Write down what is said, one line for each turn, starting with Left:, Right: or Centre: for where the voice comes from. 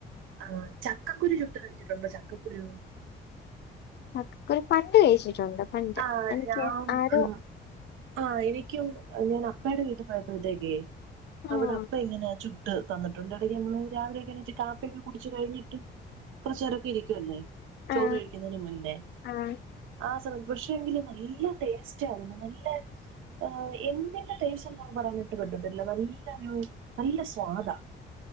Right: ആഹ് ചക്കക്കുരു ചുട്ട് കഴിച്ചിട്ടുണ്ടോ ചക്കക്കുരു
Left: ചക്കക്കുരു പണ്ട് കഴിച്ചിട്ടുണ്ട് പണ്ട്
Right: ആഹ്
Left: എനിക്ക്
Right: ഞാമ്
Left: ആരോ
Right: ഉം ആഹ് എനിക്കും ഞാൻ അപ്പയുടെ വീട്ടിൽ പോയപ്പോഴത്തേക്കേ
Left: ആഹ്
Right: അവിടെ അപ്പ ഇങ്ങനെ ചു ട്ട് തന്നിട്ടുണ്ട് ഇടക്ക് നമ്മള് രാവിലെ ഒക്കെ കാപ്പിയൊക്കെ കുടിച്ച് കഴിഞ്ഞിട്ട് കൊറച്ചു നേരൊക്കെ ഇരിക്കുവല്ലേ ചോറ്
Left: ആഹ്
Right: കഴിക്കുന്നതിന് മുന്നേ
Left: ആഹ്
Right: ആഹ് പക്ഷേങ്കില് നല്ല ടേസ്റ്റാണ് നല്ല ആഹ് എന്തിന്റെ ടേസ്റ്റ്ന്ന പറയാനിട്ട് പറ്റത്തില്ല നല്ല ഒരു നല്ല സ്വാദാ